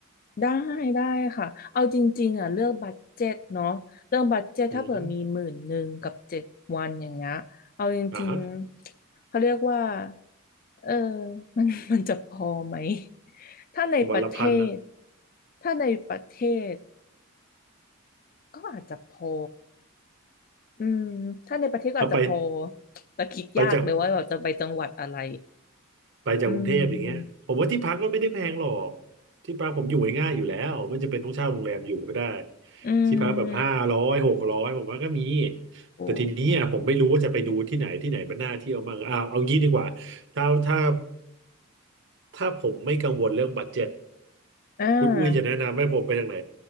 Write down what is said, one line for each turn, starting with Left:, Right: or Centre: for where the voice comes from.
Left: ได้ได้ค่ะเอาจริงๆอ่ะเลือกบัดเจ็ตเนาะเรื่องบัดเจ็ตถ้าเผื่อมีหมื่นหนึ่งกับเจ็ดวันอย่างเงี้ยเอาจริง
Right: อือฮึอ่าฮะ
Left: ๆเขาเรียกว่าเออ <laughs> มันมันจะพอไหมถ้าในประเทศ
Right: วันละพันนะ
Left: ถ้าในประเทศก็อาจจะพออืมถ้าในประเทศก็อาจจะพอ
Right: เอาไป
Left: แต่คิดยากเลยว่าเราจะไปจังหวัดอะไร
Right: ไปจากไปจากกรุงเทพอย่างเงี้ยผมว่าที่พักก็ไม่ได้แพงหรอก
Left: อืม
Right: ที่พักผมอยู่ง่ายๆอยู่แล้วไม่จำเป็นต้องเช่าโรงแรมอยู่ก็ได้
Left: อื
Right: ที่พักแบบห้าร้อยหกร้อยผมว่าก็มี
Left: มโอ
Right: แต่ทีนี้อ่ะผมไม่รู้ว่าจะไปดูที่ไหนที่ไหนมันน่าเที่ยวมั่งอ้าวเอางี้ดีกว่าถ้าถ้า
Left: ้
Right: ถ้าผมไม่กังวลเรื่องบัดเจ็ต
Left: อ่า
Right: คุณอุ้ยจะแนะนำให้ผมไปทางไหน